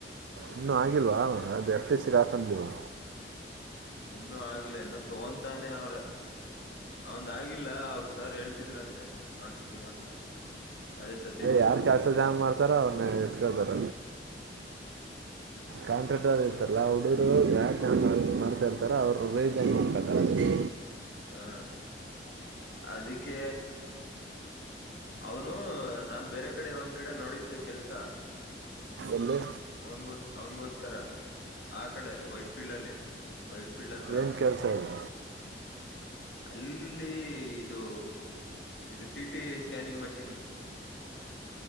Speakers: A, on the right (about 80°); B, on the left (about 75°).
A: ಇನ್ನುೂ ಆಗಿಲ್ವಾ ಅದು ಎಫ ಎ ಸಿರಾಕೊಂಡಿಲ್ವಾ.
B: ಇನ್ನುೂ ಆಗಿಲ್ಲ ಇನ್ನು ತಗೊಂತಾನೆ ಅವ್ರ ಅವಂದ ಆಗಿಲ್ಲ ಅವ್ರ ಸರ್ ಹೇಳ್ತಿದ್ರಂತೆ ಮಾಡಿಸತೀನ ಅಂತ ಅದೇ ಸ.
A: ಯಾರ್ ಕೆಲ್ಸ ಜಾಮ ಮಾಡ್ತಾರ ಅವ್ರನ್ನ ಎತ್ಕೊಳ್ತಾರ.
B: ಹ
A: ಕಾಂಟ್ರಾಕ್ಟ. ಮ ಎಲ್ಲ ಹುಡುರು ಗ್ಯಾ ಮಾಡ್ತಾ ಇರ್ತಾರೆ ಅವರು ರೀಜನ್ ಮಾಡ್ಕೊತಾರೆ ಅದನ್ನ.
B: ಹಾ ಅದಕ್ಕೆೇ. ಅವನು ನಾನ್ ಬೇರೆ ಕಡೆ ಒಂದ್ ಕಡೆ ನೋಡಿದ್ದೆ ಕೆಲ್ಸ
A: ಎಲ್ಲಿ
B: ಅವನ್ಗೋಸ್ ಅವನ್ಗೋಸ್ಕರ ಆ ಕಡೆ ವೈಟ್ ಫೀಲ್ಡ್ ಅಲ್ಲಿ ವೈಟ್. ಫೀಲ್ಡ್ ಹತ್ರ
A: ಏನು ಕೆಲಸ ಇದೆ?
B: ಅಲ್ಲಿ ಇದು ಇದು ಸಿಟಿ ಸ್ಕ್ಯನಿಂಗ್ ಮಷೀನ್